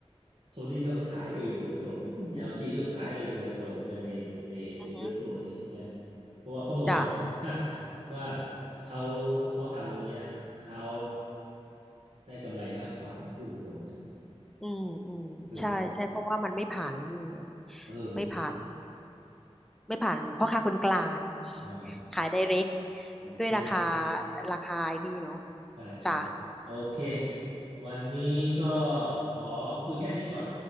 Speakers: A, on the right; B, in the centre.
A: โซนี่ก็ขายเองโดยตรง LG ก็ขายเองโดยตรงเหมือนกันในในในเว็บพวกนี้นะ
B: อือฮึ
A: เพราะว่าเขามอง
B: จ้ะ
A: <laughs> ว่าเขาเขาทำตรงเนี้ยเขาได้กำไรมากกว่าต้องพูดตรงๆนะ
B: อืมอืมใช่ใช่เพราะว่ามันไม่ผ่านไอ้นี่ไง
A: เออเออ
B: ไม่ผ่าน ไม่ผ่านพ่อค้าคนกลาง
A: อ่า
B: ขายไดเรก
A: โอเค
B: ด้วยราคาราคาไอ้นี่เนาะ
A: ใช่ใช่
B: จ้ะ
A: โอเค วันนี้ก็ขอคุยแค่นี้ก่อน